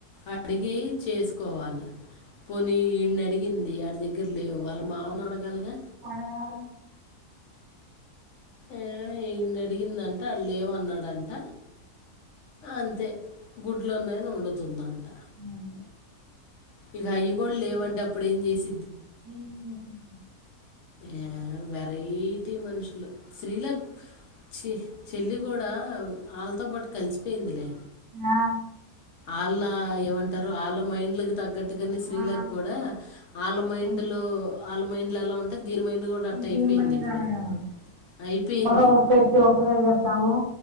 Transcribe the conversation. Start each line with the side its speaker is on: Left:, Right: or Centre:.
Left: అడిగి చేసుకోవాలి పోనీ ఈయన్ని అడిగింది ఆడి దగ్గర లేవు వాళ్ళ మావని అడగాలిగా
Right: అడగాలా
Left: ఏ అడిగిందంట ఆడు లేవునానాడు అంట అంతే గుడ్లున్నైని వండుతుంద అ
Right: డి
Left: ఇక అయ్య కూడా లేవంటే అప్పుడేం చేసి
Right: మ్మ్ మ్మ్
Left: ఆ వెరైటీ మనుషులు శ్రీల చె చెల్లి కూడా ఆళ్లతో పాటు కలిసిపోయిందిలే
Right: ఆ
Left: ఆళ్ళ ఏమంటారు ఆళ్ళ మైండ్ కి తగ్గట్టు అందుకనే స్త్రీలకు
Right: ఆ
Left: కూడా ఆళ్ళ మైండ్
Right: ఉంది
Left: లో ఆళ్ళ మైండ్ లో ఎలా ఉంటే దీని మైండ్ కూడా అట్ట
Right: ప్రనిమైంది
Left: అయిపోయింది ఇప్పుడు
Right: అడగాలం
Left: అయిపోయింది
Right: మరో పెట్టి ఉపయ చేద్దాము